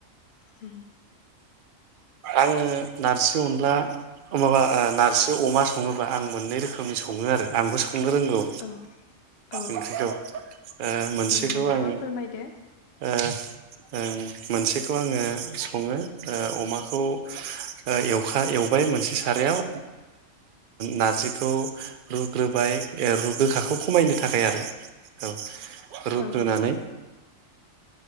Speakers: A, on the left; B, on the right.
A: होम
B: आङो नारजि अनला माबा नार्जि अमा सङोबा आं मोननै रोखोमनि सङो आरो आंबो सङ रोंगौ
A: औ औ
B: ओंख्रिखौ ओ मोनसेखौ
A: ओ नोंथाङा
B: आं
A: फोरमायदो
B: ओ ओं मोनसेखौ आङो सङो अमा खौ एवखा एवबाय मोनसे सारायाव नारजिखौ रुग्रोबाय रु गोखाखौ खमायनो थाखाय आरो औ रुग्रोनानै
A: औ